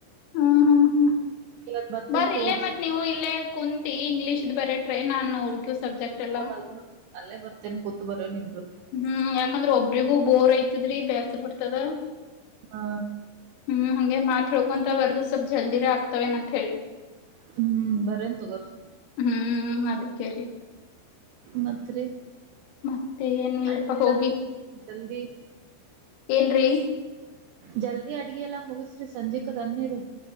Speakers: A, on the left (about 80°); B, on the right (about 85°).
A: ಹ್ಮ್ ಹ್ಮ್ ಹ್ಮ್
B: ಇವತ್ ಬರ್ತೇನ್
A: ಬರೀ
B: ತಗೋರಿ
A: ಇಲ್ಲೇ ಮತ್
B: ಸಂಜಿ
A: ನೀವು ಇಲ್ಲೇ ಕುಂತಿ ಇಂಗ್ಲೀಷ್ ಬರೀ ಟ್ರೈನ್ ಅನ್ನು ಹುಡುಗಿ ಸಬ್ಜೆಕ್ಟ್ ಎಲ್ಲಾ
B: ಅಲ್ಲ ಅಲ್ಲೇ ಬರ್ತೇನ್ ಕೂತ್ ಬರಿಯೋಣ ಇಬ್ಬರು.
A: ಹ್ಮ್ ಯಾಕಂದ್ರೆ ಒಬ್ಬರಿಗೂ ಬೋರ್ ಐತದ್ರಿ ಬೇಸರ್ ಬಿಡ್ತದ.
B: ಹಾ
A: ಹ್ಮ್ ಹಂಗೆ ಮಾತ್ ಹೇಳ್ಕೊಂತ ಬರ್ದು ಸ್ವಲ್ಪ ಜಲ್ದಿರೇ ಆಗ್ತವೇನ್ ಅಂತ ಹೇಳಿ.
B: ಹ್ಮ್ ಬರೀಯೊಣ ತಗೋರ್ ರೀ.
A: ಹ್ಮ್ ಅದಕ್ಕೆ ರೀ.
B: ಮತ್ ರೀ
A: ಮತ್ತೆ ಏನಿಲ್ಲಪಾ
B: ಅಡಿಗೆಲ್ಲ
A: ಹೋಗಿ
B: ಜಲ್ದಿ.
A: ಏನ್ರೀ.
B: ಜಲ್ದಿ ಅಡಿಗೆ ಎಲ್ಲಾ ಮುಗಸ್ರಿ ಸಂಜೆ ಕ ತನ್ನೆ ಇರೆ.